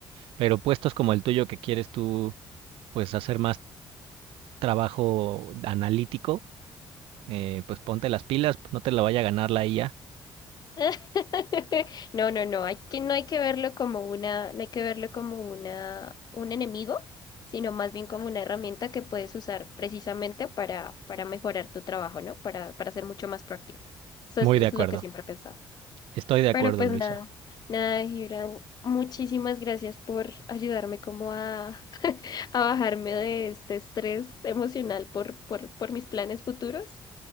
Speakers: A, on the right; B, on the left.
A: Pero puestos como el tuyo que quieres tú, pues hacer más trabajo analítico, eh, pues ponte las pilas, no te la vaya a ganar la IA.
B: <laughs> No, no, no, hay que, no hay que verlo como una, no hay que verlo como una, un enemigo, sino más bien como una herramienta que puedes usar precisamente para, para mejorar tu trabajo, ¿no? Para, para ser mucho más proactivo. Eso
A: Muy
B: es, es
A: de acuerdo.
B: lo que siempre he pensado.
A: Estoy de acuerdo,
B: Pero pues
A: Luisa.
B: nada, nada, Gibran. Muchísimas gracias por ayudarme como a, <laughs> a bajarme de este estrés emocional por, por, por mis planes futuros.